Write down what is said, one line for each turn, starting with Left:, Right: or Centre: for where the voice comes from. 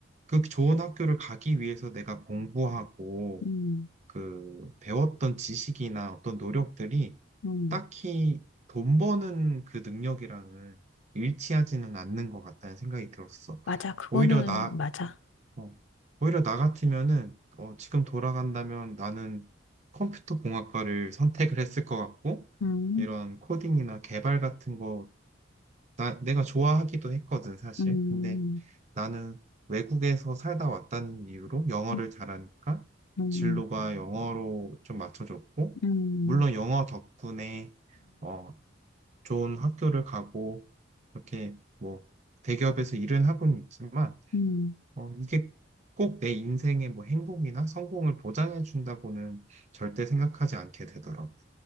Right: 그 좋은 학교를 가기 위해서 내가 공부하고
Left: 음,
Right: 그 배웠던 지식이나 어떤 노력들이
Left: 음,
Right: 딱히 돈 버는 그 능력이랑은 일치하지는 않는 것 같다는 생각이 들었어.
Left: 맞아, 그거는
Right: 오히려 나,
Left: 맞아.
Right: 어, 오히려 나 같으면은 어, 지금 돌아간다면 나는 컴퓨터 공학과를 <laughs> 선택을 했을 것 같고
Left: 음,
Right: 이런 코딩이나 개발 같은 거 나, 내가 좋아하기도 했거든, 사실.
Left: 음,
Right: 근데 나는 외국에서 살다 왔다는 이유로 영어를
Left: 음,
Right: 잘하니까
Left: 음,
Right: 진로가 영어로 좀 맞춰졌고,
Left: 음,
Right: 물론 영어 덕분에 어, 좋은 학교를 가고, 이렇게 뭐 대기업에서 일은 하고는 있지만,
Left: 음.
Right: 어, 이게 꼭 내 인생의 뭐 행복이나 성공을 보장해 준다고는 절대 생각하지 않게 되더라고.